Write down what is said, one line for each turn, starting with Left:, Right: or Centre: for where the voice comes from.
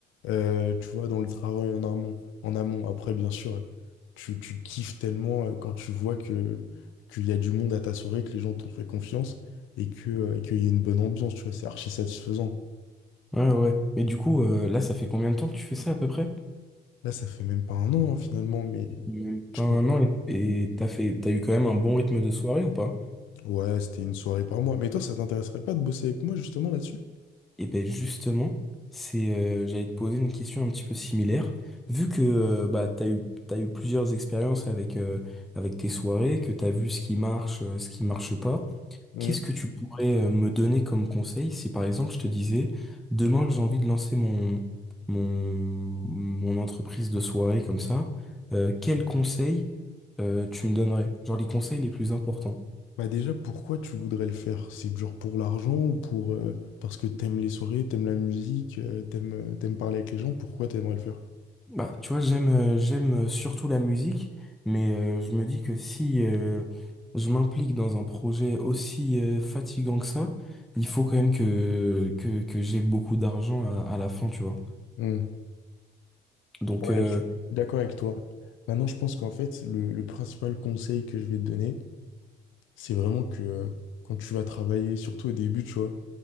Left: euh, tu vois, dans le travail en amont. En amont. Après, bien sûr, tu, tu kiffes tellement euh, quand tu vois que, qu'il y a du monde à ta soirée, que les gens t'ont fait confiance et que, euh, et qu'il y a une bonne ambiance, tu vois, c'est archi satisfaisant.
Centre: Ouais, ouais. Mais du coup, euh, là, ça fait combien de temps que tu fais ça à peu près?
Left: Là, ça fait même pas un an, hein, finalement, mais
Centre: Même pas
Left: je
Centre: un
Left: compte.
Centre: an et et t'as fait, t'as eu quand même un bon rythme de soirée ou pas?
Left: Ouais, c'était une soirée par mois. Mais toi, ça t'intéresserait pas de bosser avec moi justement là-dessus?
Centre: Et ben justement, c'est, euh, j'allais te poser une question un petit peu similaire. Vu que euh, bah, tu as eu, t'as eu plusieurs expériences avec, euh, avec tes soirées, que tu as vu ce qui marche, euh, ce qui marche pas,
Left: Hmm.
Centre: qu'est-ce que tu pourrais euh, me donner comme conseil si par exemple je te disais, demain j'ai envie de lancer mon, mon, mon entreprise de soirée comme ça, euh, quels conseils euh, tu me donnerais? Genre les conseils les plus importants.
Left: Bah déjà, pourquoi tu voudrais le faire? C'est genre pour l'argent ou pour euh, parce que t'aimes les soirées, t'aimes la musique, euh, t'aimes euh, t'aimes parler avec les gens, pourquoi t'aimerais le faire?
Centre: Bah, tu vois, j'aime euh, j'aime euh, surtout la musique, mais euh, je me dis que si euh, je m'implique dans un projet aussi euh, fatigant que ça, il faut quand même que que, que j'ai beaucoup d'argent à, à la fin, tu vois.
Left: Hmm.
Centre: Donc
Left: Ouais,
Centre: euh,
Left: je suis d'accord avec toi. Maintenant, je pense qu'en fait, le, le principal conseil que je vais te donner, c'est vraiment que euh, quand tu vas travailler, surtout au début, tu vois,